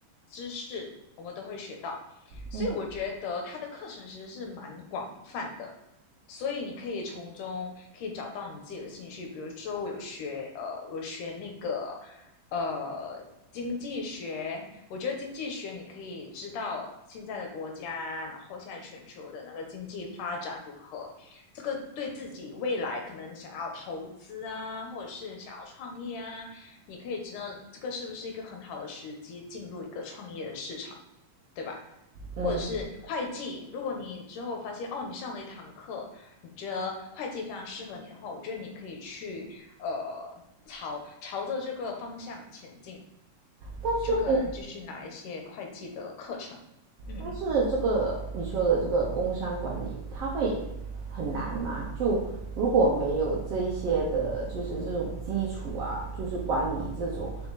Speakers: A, on the left; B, on the right.
A: 知识，我们都会学到。所以我觉得他的课程其实是蛮广泛的，
B: 嗯
A: 所以你可以从中可以找到你自己的兴趣。比如说，我有学呃，我学那个呃经济学，我觉得经济学你可以知道现在的国家，然后现在全球的那个经济发展如何，这个对自己未来可能想要投资啊，或者是想要创业啊，你可以知道这个是不是一个很好的时机进入一个创业的市场，对吧？
B: 嗯。
A: 或者是会计，如果你之后发现哦，你上了一堂课，你觉得会计非常适合你的话，我觉得你可以去呃朝朝着这个方向前进，
B: 但是国
A: 就可能继续拿一些会计的课程。嗯，
B: 但是这个你说的这个工商管理，它会很难吗？就如果没有这一些的，就是这种基础啊，就是管理这种